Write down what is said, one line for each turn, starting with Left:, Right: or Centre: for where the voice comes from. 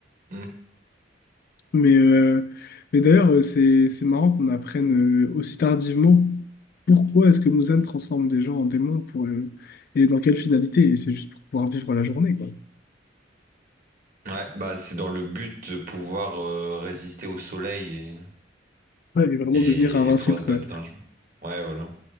Right: Mm.
Left: Mais, euh, mais d'ailleurs, euh, c'est, c'est marrant qu'on apprenne euh, aussi tardivement pourquoi est-ce que Muzan transforme des gens en démons pour, euh, et dans quelle finalité. Et c'est juste pour pouvoir vivre la journée, quoi.
Right: Ouais, bah c'est dans le but de pouvoir euh, résister au soleil et.
Left: Ouais, et vraiment
Right: et
Left: devenir invincible,
Right: pouvoir se
Left: quoi.
Right: battre dans le jeu. Ouais, voilà.